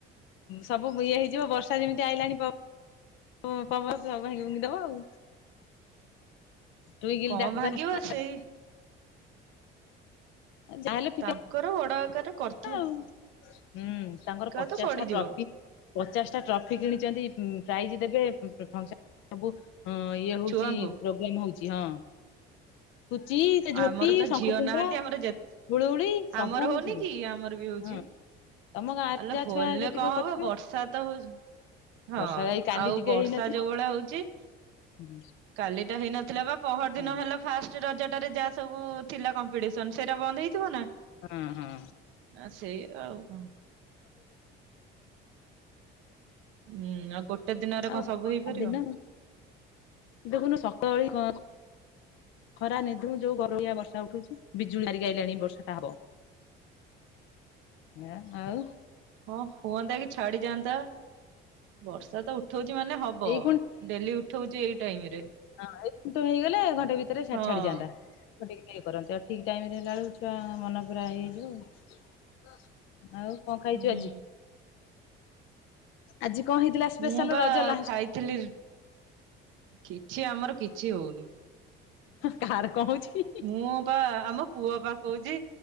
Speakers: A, on the left; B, on the right.
A: ସବୁ ଇଏ ହେଇଯିବ ବର୍ଷା ଯେମିତି ଆଇଲାଣି ବ ପ ପବନ ସବୁ ଭାଙ୍ଗି ଭୁଙ୍ଗୀ ଦବ ଆଉ। ତୁେ ଗିଲ
B: କଣ
A: ଦେଖ
B: ଭାଙ୍ଗିବ
A: ଚାଲେ,
B: ସେଇ
A: ଯାହେଲେ ବି
B: ତାଙ୍କର ବଡ ଆକାରର କର
A: ଆଉ ହୁଁ ତାଙ୍କର ପଚାଶ
B: ତ ପଡିଯିବ
A: ଟା ଟ୍ରଫି ପଚାଶ ଟା ଟ୍ରଫି କିଣିଛନ୍ତି ପ୍ରାଇଜ ଦେବେ ଫଙ୍କସନ ସବୁ। ହଁ ଇଏ ହଉଛି
B: ଛୁଆଙ୍କୁ
A: ପ୍ରୋଗ୍ରାମ ହଉଛି ହଁ। ପୁଚି ସେ ଝୋଟି
B: ଆମର ତ
A: ଶଙ୍ଖ
B: ଝିଅ
A: ଫୁଙ୍କା
B: ନାହାଁନ୍ତି ଆମର ଯେ
A: ହୁଳୁହୁଳି ସବୁ
B: ଆମର
A: ହଉଛିଲୋ
B: ହଉନି କି ଆମର ବି ହଉଛି।
A: ହଁ ତମ ଗାଁରେ
B: ଆଲୋ
A: ଯାହା
B: ଫୋରଇଲର
A: ଛୁଆ ଯେତିକ
B: କଣ
A: କରୁଥିବେ
B: ହବ ବର୍ଷା ତ ହଉଛୁ ହଁ
A: ବର୍ଷା ଏଇ କାଲି
B: ଆଉ
A: ଟିକେ
B: ବର୍ଷା
A: ହେଇନଥିଲା
B: ଯୋଉ ଭଳିଆ ହଉଛି
A: ହୁଁ।
B: କାଲିଟା ହେଇନଥିଲା ବା ପହର ଦିନ
A: ହୁଁ
B: ହେଲା ଫାଷ୍ଟ ରଜଟାରେ ଯାହା ସବୁ ଥିଲା କମ୍ପିଡିସନ୍ ସେଇଟା ବନ୍ଦ ହେଇଥିବ ନା।
A: ହଁ ହଁ।
B: ଆ ସେଇ ଆଉ କଣ ହୁଁ ଆଉ ଗୋଟେ ଦିନରେ
A: ଆଉ
B: କଣ ସବୁ ହେଇପାରିବ।
A: ଦିନ ଦେଖୁନୁ <unintelligible> ଖରା ନିଧୂମ୍ ଯୋଉ ଗରୋଳିଆ ବର୍ଷା ଉଠଉଛି ବିଜୁଳିମାରିକି ଆଇଲାଣି ବର୍ଷା ଟା ହବ। ହା ଆଉ
B: ହଁ ହୁଅନ୍ତା କି ଛାଡ଼ିଯାଆନ୍ତା ବର୍ଷା ତ ଉ ଉଠଉଛି ମାନେ ହବ
A: ଏଇ
B: ଡେଲି ଉଠଉଛି ଏଇ ଟାଇମ ରେ।
A: ହଁଏଇଠି ହେଇଗଲେ ଘଣ୍ଟେ ଭିତରେ ଛା
B: ହଁ
A: ଛାଡ଼ି ଯାଆନ୍ତା। <unintelligible> କରନ୍ତି ଆଉ ଠିକ୍ ଟାଇମ ରେ ହେଲା ବଳକୁ ଛୁଆ ମନ ପୁରା ଇଏ ହେଇଯିବ ଆଉ ଆଉ କଣ ଖାଇଛୁ
B: ହୁଁ
A: ଆଜି ଆଜି କଣ ହେଇଥିଲା? ସ୍ପେଶାଲ
B: ମୁଁ ବା
A: ରଜ ଲାଷ୍ଟ
B: ଖାଇଥିଲି କିଛି ଆମର କିଛି ହଉନି।
A: କାହାର କଣ ହୋଉଛି କି।
B: ମୁଁ ବା ଆମ ପୁଅ ପା କହୁଛି